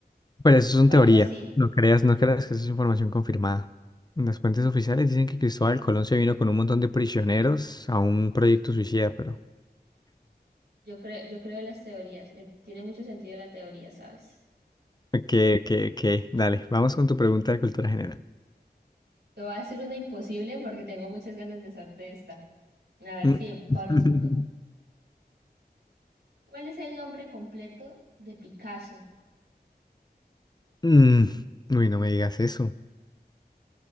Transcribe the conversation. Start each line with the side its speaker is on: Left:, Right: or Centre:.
Left: Pero eso son
Right: o algo
Left: teorías.
Right: así.
Left: No creas, no creas que eso es información confirmada. Las fuentes oficiales dicen que Cristóbal Colón se vino con un montón de prisioneros a un proyecto suicida, pero...
Right: Yo creo, yo creo en las teorías, me tiene mucho sentido la teoría, ¿sabes?
Left: Ok, ok, ok. Dale, vamos con tu pregunta de cultura general.
Right: Te voy a hacer una imposible porque tengo muchas ganas de hacerte esta. A ver
Left: Mm.
Right: si de pronto.
Left: <laughs>
Right: ¿Cuál es el nombre completo de Picasso?
Left: Mm. Uy, no me digas eso.